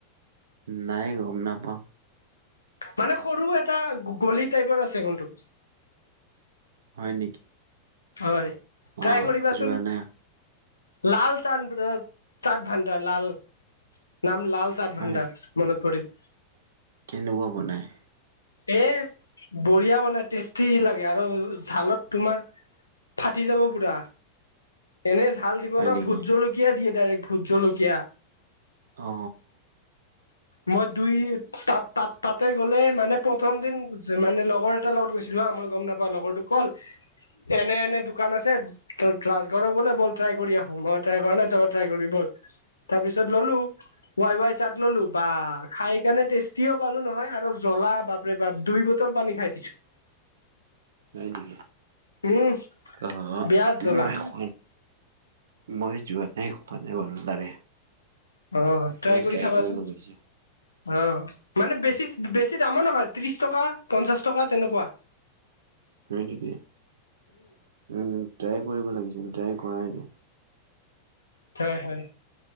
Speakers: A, on the right; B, on the left.
A: নাই, গম নাপাওঁ।
B: মানে সৰু এটা গলি টাইপৰ আছে, কোনটো।
A: হয়, নেকি?
B: হয়,
A: অ
B: ট্ৰাই কৰিবাচোন।
A: যোৱা নাই
B: লাল <inaudible> চাট ভাডাৰ, লাল। নাম, লাল চাদ
A: হয়
B: ভাণ্ডাৰ, মনত পৰিল।
A: কেনেকুৱা বনায়?
B: এ, বঢ়িয়া বনাই টেষ্টি লাগে, আৰু জালত তোমাৰ ফাটি যাব পুৰা, এনে জাল দিব
A: হয়
B: ন,
A: নেকি
B: ভোট জলকীয়া দিয়ে ডাইৰেক্ট, ভোট জলকীয়া।
A: অ অ
B: মই দুই তাত, তাত, তাতে গ'লে মানে প্ৰথম দিন মানে লগৰ এটাৰ লগত গৈছিলো হা, মই গম নাপাওঁ, লগৰটোক কল এনে, এনে দোকান আছে। তই ৰাজঘৰৰ বোলে ব'ল, ট্ৰাই কৰি আহো। মই ট্ৰাই কৰা নাই, তই ট্ৰাই কৰিবি ব'ল। তাৰ পিছত ল'লো ৱাই ৱাই চাট ল'লো বা খাই কাৰণে টেষ্টি তিয়হ পালো নহয় আৰু জ্বলা বাপৰে বাপ দুই বটল পানী খাই দিছোঁ।
A: হৈ নিকি
B: উম
A: অ
B: বেয়া জ্বলা
A: মই খো মই যোৱা নাই খোৱা নাই বাৰু তাৰে,
B: অ
A: এইবাৰ
B: ট্ৰাই কৰি চাবাচোন।
A: কৰিব লাগিছিল
B: অ মানে বেছি বেছি দামো নহয় ত্ৰিশ টকা পঞ্চাশ টকা তেনেকুৱা।
A: হয় নেকি উম ট্ৰাই কৰিব লাগিছিল ট্ৰাই কৰাই নাই।
B: হয় হয়।